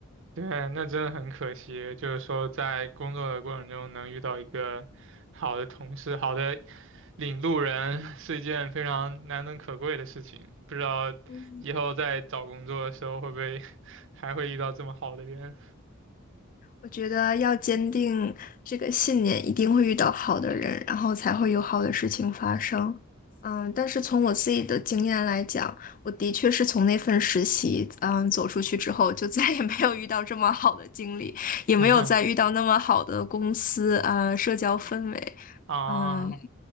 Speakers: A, on the right; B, on the left.
A: 对，那真的很可惜，就是说在工作的过程中能遇到一个好的同事、好的领路人，是一件非常难能可贵的事情。不知道以后在找工作的时候会不会
B: 嗯
A: <laughs> 还会遇到这么好的人？
B: 我觉得要坚定这个信念，一定会遇到好的人，然后才会有好的事情发生。嗯，但是从我自己的经验来讲，我的确是从那份实习，嗯，走出去之后，就再也没有遇到这么好的经理，也没有再遇到那么好的公司啊，
A: <laughs>
B: 社交氛围。
A: 啊，
B: 嗯，